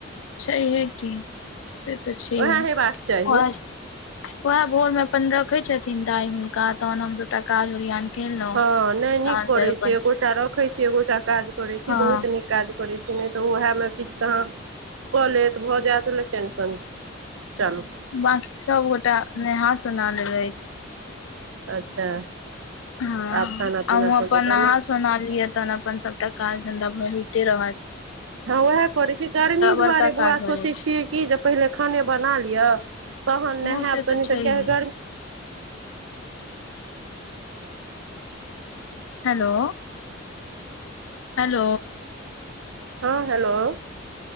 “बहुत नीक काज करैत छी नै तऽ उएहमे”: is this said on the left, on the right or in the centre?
Right